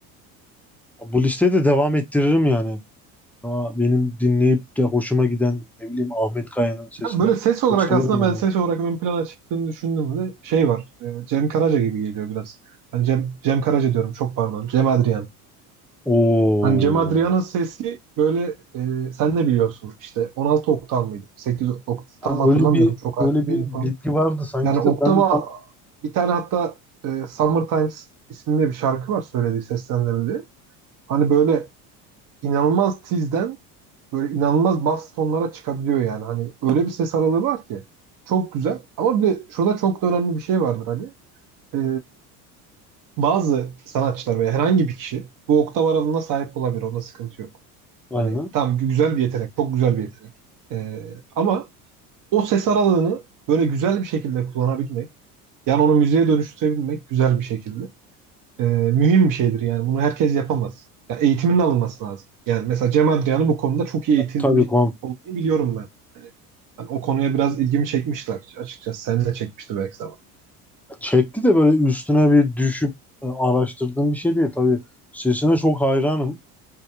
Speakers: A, in the centre; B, on the right.
A: Bu listeyi de devam ettiririm yani. Daha benim dinleyip de hoşuma giden ne bileyim Ahmet Kaya'nın sesini
B: ya böyle ses
A: çok
B: olarak
A: severim
B: aslında
A: yani.
B: ben ses olarak ön plana çıktığını düşündüğümde şey var. ee, Cem Karaca gibi geliyor biraz. Hani Cem, Cem Karaca diyorum çok pardon. Cem Adrian.
A: Oo.
B: Hani Cem Adrian'ın sesi böyle ee, sen ne biliyorsun işte 16 oktav mıydı? 8 oktav
A: Hani
B: mı hatırlamıyorum
A: öyle bir
B: çok hakim
A: öyle bir
B: değilim
A: bilgi
B: falan.
A: vardı sanki
B: Yani Oktava
A: de ben de tam
B: bir tane hatta e, Summer Times isimli bir şarkı var söylediği seslendirildiği. Hani böyle inanılmaz tizden böyle inanılmaz bas tonlara çıkabiliyor yani. Hani öyle bir ses aralığı var ki çok güzel. Ama bir de şurada çok da önemli bir şey vardır Ali. E, bazı sanatçılar veya herhangi bir kişi bu oktav aralığına sahip olabilir. Onda sıkıntı yok.
A: aynı.
B: Hani tam güzel bir yetenek, çok güzel bir yetenek. E, ama o ses aralığını böyle güzel bir şekilde kullanabilmek yani onu müzeye dönüştürebilmek güzel bir şekilde. Ee, mühim bir şeydir yani. Bunu herkes yapamaz. Ya eğitiminin alınması lazım. Yani mesela Cem Adrian'ın bu konuda çok iyi eğitilmiş
A: Tabii kon
B: olduğunu biliyorum ben. Yani o konuya biraz ilgimi çekmişti açıkçası. Sen de çekmişti belki zaman.
A: çekti de böyle üstüne bir düşüp e, araştırdığım bir şey değil. Tabii sesine çok hayranım.